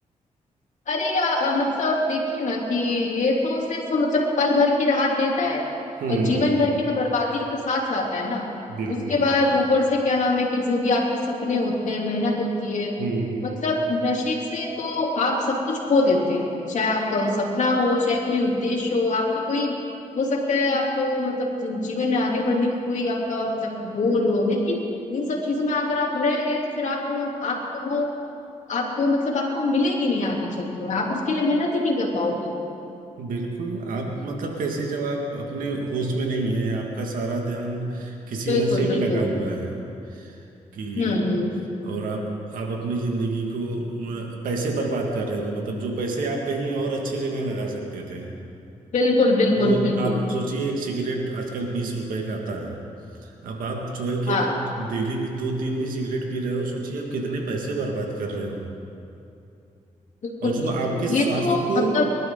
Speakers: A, on the left; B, on the right.
A: अरे या, अ, मतलब देखिए ना कि ये तो सिर्फ मतलब पल भर की राहत देता है
B: हम्म
A: और जीवन भर की तो बर्बादी के साथ लाता है ना
B: बिल्कुल
A: उसके बाद ऊपर से क्या नाम है कि जो भी आपके सपने होते हैं मेहनत होती है
B: हम्म
A: मतलब नशे से तो आप सब कुछ खो देते हैं चाहे आपका वो सपना हो चाहे कोई उद्देश्य हो आपकी कोई हो सकता है आपको मतलब जी- जीवन में आगे बढ़ने की कोई आपका मतलब गोल हो लेकिन इन सब चीजों में अगर आप रह गए तो फिर आपको आपको आपको मतलब आपको मिलेगी नहीं आगे चलते हुए आप उसके लिए मेहनत ही नहीं कर पाओगे
B: बिल्कुल आप मतलब कैसे जब आप अपने होश में नहीं है आपका सारा ध्यान किसी
A: बिल्कुल
B: नशे में
A: बिल्कुल
B: लगा हुआ है कि
A: हम्म हम्म
B: और आप आप अपनी जिंदगी को म, पैसे बर्बाद कर रहे हो मतलब जो पैसे आप कहीं और अच्छे जगह लगा सकते थे
A: बिल्कुल बिल्कुल
B: वो
A: बिल्कुल
B: आप सोचिए एक सिगरेट आजकल बीस रुपए का आता है अब आप जो है कि
A: हाँ
B: अगर डेली भी दो तीन भी सिगरेट पी रहे हो सोचिए आप कितने पैसे बर्बाद कर रहे हो
A: बिल्कुल
B: और जो
A: बिल्कुल
B: आपके स्वास्थ्य
A: ये तो
B: को
A: मतलब